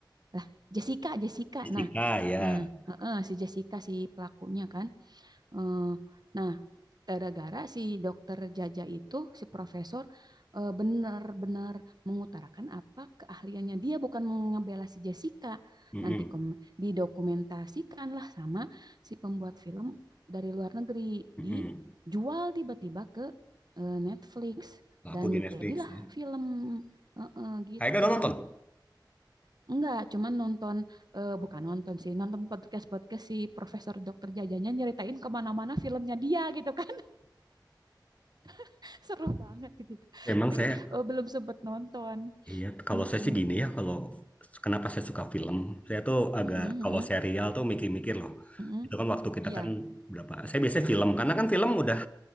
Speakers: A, on the right; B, on the left.
A: lah Jessica Jessica
B: Fisika
A: nah
B: ya.
A: nah heeh, si Jessica si pelakunya kan Eh, nah, gara-gara si dokter Jaja itu, si profesor eh, benar-benar mengutarakan apa keahliannya dia bukan mengebela si Jessica.
B: Mm-mm.
A: Nanti kom- didokumentasikanlah sama si pembuat film dari luar negeri
B: Mm-mm.
A: dijual tiba-tiba ke eh, Netflix
B: Laku
A: dan
B: di Netflix
A: jadilah
B: ya.
A: film eh, eh, gitu.
B: Kayaknya udah nonton.
A: Enggak, cuman nonton, eh, bukan nonton sih, nonton podcast-podcast si Profesor Dokter Jajanya nyeritain kemana-mana filmnya dia gitu kan. <laughs> Seru banget gitu.
B: Emang
A: Tapi
B: saya,
A: eh, belum sempet nonton.
B: iya, kalau
A: Mm-mm.
B: saya sih gini ya, kalau kenapa saya suka film, saya tuh agak,
A: Mm-mm, mm-mm,
B: kalau serial tuh mikir-mikir loh.
A: mm-mm.
B: Itu kan waktu kita
A: Iya,
B: kan berapa, saya biasanya film, karena kan film udah